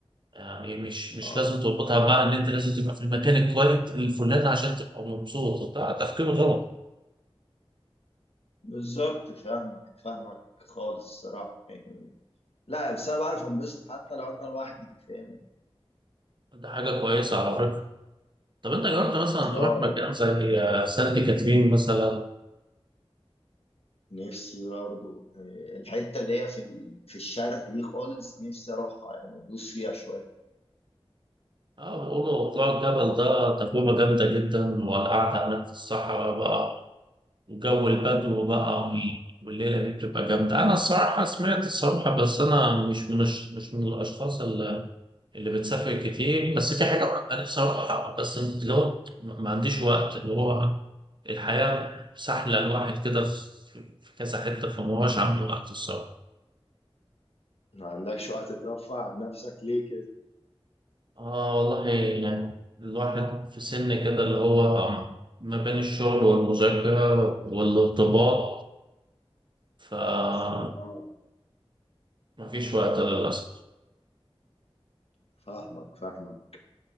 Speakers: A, on the right; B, on the left.
A: يعني مش مش
B: آه.
A: لازم تربطها بقى ان انت لازم تبقى في المكان الكويس الفلاني عشان تبقى مبسوط ده تفكير غلط
B: بالظبط فاهمك فاهمك خالص الصراحة يعني لا بس أنا بعرف أنبسط حتى لو أنا لوحدي فاهم
A: ده حاجه كويسه على فكره طب انت جربت مثلا
B: إن هو
A: تروح مكان زي سانت كاترين مثلا
B: نفسي برضه آه، الحتة اللي هي في ال- في الشرق دي خالص نفسي أروحها يعني أدوس فيها شوية
A: اه بيقولوا طلوع الجبل ده تجربه جامده جدا والقعده هناك في الصحراء بقى وجو البدو بقى والليله دي بتبقى جامده انا الصراحه سمعت الصراحه بس انا مش من الش- مش من الاشخاص اللي اللي بتسافر كتير بس في حاجه انا بصراحه بس اللي هو ما ما عنديش وقت اللي هو الحياة سحلة الواحد كده في في كذا حتة فما هوش عنده وقت الصراحة
B: ما عندكش وقت ترفع عن نفسك ليه كده؟
A: آه والله يعني الواحد في سن كده اللي هو ما بين الشغل والمذاكرة والارتباط فمفيش
B: اه
A: وقت للأسف
B: فاهمك فاهمك